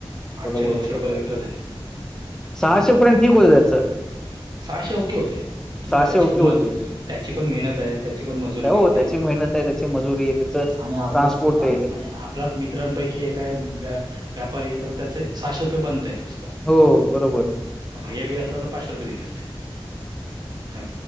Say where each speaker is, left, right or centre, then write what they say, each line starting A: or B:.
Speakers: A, on the right; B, in the centre.
A: आठशे
B: बरोबर
A: नऊशे
B: बरोबर
A: रुपयाला विकलं त्याने.
B: सहाशे पर्यंत ठीक होत त्याचं.
A: सहाशे ओके होते. ठीके
B: सहाशे
A: त्याची
B: ओके
A: पण
B: होते
A: त्याची पण मेहनते, त्याची पण मजुरी
B: हो
A: निघते.
B: त्याची मेहनत आहे त्याची मजुरी आहे त्याच
A: आणि आपलंच,
B: ट्रान्सपोर्ट आहे
A: आणि आपलाच मित्रांपैकी एक काय व्यापारीये तर त्याचे सहाशे रुपये बंद उसका,
B: हो बरोबर
A: भैया भी असला त पाचशे रुपये दिले ह